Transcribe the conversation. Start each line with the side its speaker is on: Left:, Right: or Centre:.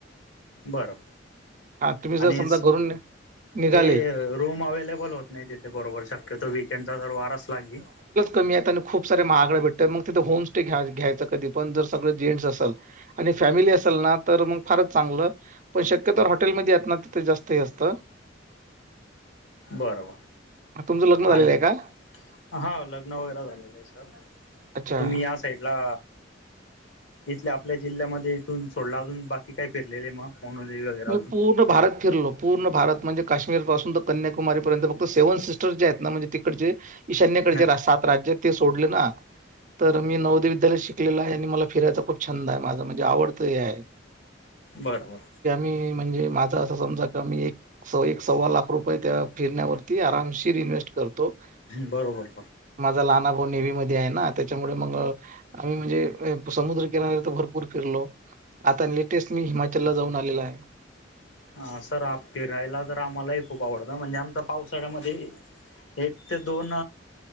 Left: बरं,
Right: हां तुम्ही जर
Left: आणि
Right: समजा घरून निघाले
Left: ते रूम अवेलेबल होत नाही, तिथे बरोबर शक्यतो वीकेंडचा तर वार असला की
Right: तुम्ही येताना खूप से महागड्या भेटतील मग तिथ होम स्टे घ्यायचा कधी पण सगळ जण असल, आणि फॅमिली असेल ना तर फारच चांगलं पण, शक्य तर हॉटेलमध्ये आहेत, तिथ जास्त हे असत.
Left: बरोबर.
Right: तुमचं लग्न झालेलं
Left: आणि
Right: आहे का?
Left: हा, लग्न वगैरे झालेलं आहे. सर
Right: अच्छा.
Left: तुम्ही या साईड ला इथल्या आपल्या जिल्ह्यामध्ये इथून सोडला, अजून बाकी काय फिरलेले आहे मग? मोनोली वगैरे
Right: मी
Left: अजून
Right: पूर्ण भारत फिरलो, पूर्ण भारत म्हणजे काश्मीरपासून तर कन्याकुमारी पर्यंत फक्त सेव्हन सिस्टर जे आहेत ना म्हणजे तिकड ज ईशान्यकडेचे
Left: हा
Right: सात राज्य ते सोडले ना, तर मी नवोदय विद्यालयत शिकलेलं आहे. आणि मला फिरायचा खूप छंद आहे. माझ म्हणजे आवडत हे आहे.
Left: बरबर.
Right: ते म्हणजे माझ अस समजा मी एक सव्वा लाख रुपये त्या फिरण्यावरती आमशीर इन्व्हेस्टमेंट तो
Left: बरोबर
Right: माझा लहाना भा हो, नेव्ही मध्ये आहे ना, त्याच्यामुळे मग आम्ही, म्हणजे समुद्रकिनाऱे तर भरपूर फिरलो. आता लेटेस्ट मी हिमाचलला जाऊन आलेला आहे.
Left: हा सर, आप फिरायला तर आम्हालाही खूप आवडतं, म्हणजे आमचा - पावसाळ्यामध्ये एक ते दोन